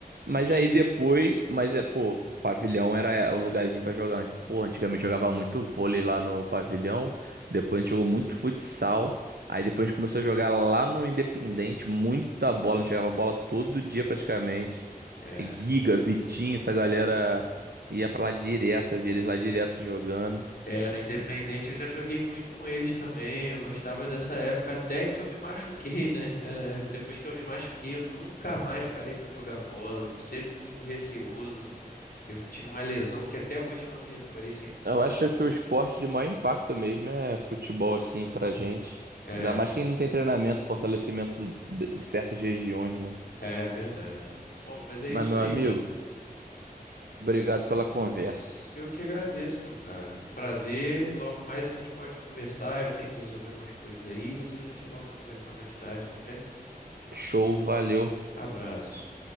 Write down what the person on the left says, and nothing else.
Isso.
é.
É, no Independente eu já joguei muito com eles também. Eu gostava dessa época até que eu me machuquei, né? É, depois que eu me machuquei, eu nunca mais parei para jogar bola. eu Sempre muito receoso, porque eu tive uma lesão que até hoje eu não me recuperei cem por cento,
né?
É,
é verdade. Bom, mas é
isso
aí.
Eu que agradeço, meu caro. Um prazer. Logo mais a gente pode conversar. Eu tenho que resolver umas coisas aí, mas a gente volta a conversar mais tarde, tudo bem?
Abraço.